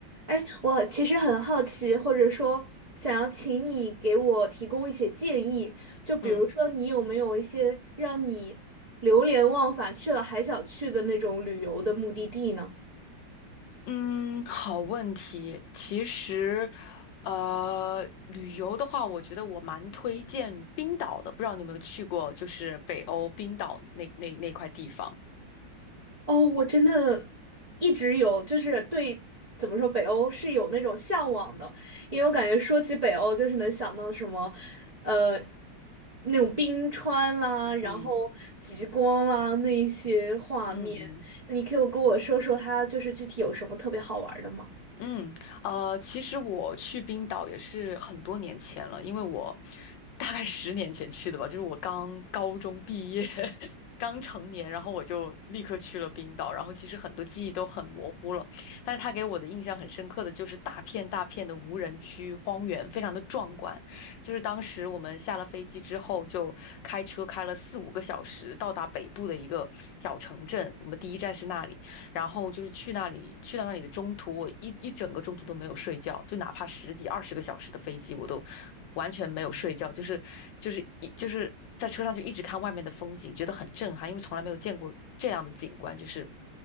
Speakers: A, on the right (about 50°); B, on the left (about 75°).
A: 哎，我其实很好奇，或者说想要请你给我提供一些建议，就比如说你有没有一些让你流连忘返去了还想去的那种旅游的目的地呢？
B: 嗯嗯，好问题。其实，呃，旅游的话，我觉得我蛮推荐冰岛的。不知道你有没有去过，就是北欧冰岛那那那块地方。
A: 哦，我真的一直有，就是对，怎么说，北欧是有那种向往的，因为我感觉说起北欧，就是能想到什么，呃，那种冰川啦，然后极光啦，
B: 嗯
A: 那一些画面。
B: 嗯嗯。
A: 你可以跟我说说它就是具体有什么特别好玩儿的吗？
B: 嗯，呃，其实我去冰岛也是很多年前了，因为我大概十年前去的吧，就是我刚高中毕业，<laughs> 刚成年，然后我就立刻去了冰岛，然后其实很多记忆都很模糊了，但是他给我的印象很深刻的就是大片大片的无人区荒原，非常的壮观。就是当时我们下了飞机之后，就开车开了四五个小时到达北部的一个小城镇，我们第一站是那里。然后就是去那里，去到那里的中途，我一一整个中途都没有睡觉，就哪怕十几、二十个小时的飞机，我都完全没有睡觉，就是就是一就是在车上就一直看外面的风景，觉得很震撼，因为从来没有见过这样的景观，就是